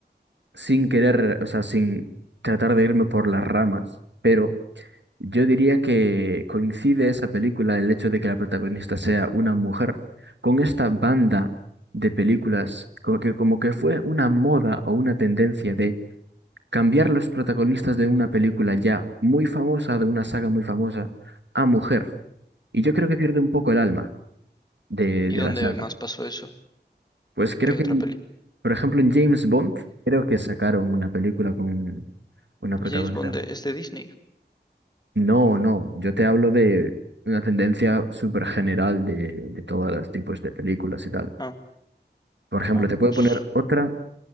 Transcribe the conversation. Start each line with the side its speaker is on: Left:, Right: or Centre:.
Right: sin querer, o sea, sin tratar de irme por las ramas, pero yo diría que coincide esa película, el hecho de que la protagonista sea una mujer, con esta banda de películas, como que, como que fue una moda o una tendencia de cambiar los protagonistas de una película ya muy famosa, de una saga muy famosa, a mujer. Y yo creo que pierde un poco el alma de,
Left: ¿Y
Right: de
Left: dónde
Right: la saga.
Left: más pasó eso?
Right: Pues
Left: ¿En
Right: creo
Left: qué
Right: que,
Left: otra peli?
Right: por ejemplo, en James Bond, creo que sacaron una película con una protagonista
Left: James Bond de- es de Disney.
Right: No, no, yo te hablo de una tendencia súper general de, de todos los tipos de películas y tal.
Left: Ah,
Right: Por ejemplo,
Left: ah,
Right: te puedo
Left: pues
Right: poner otra,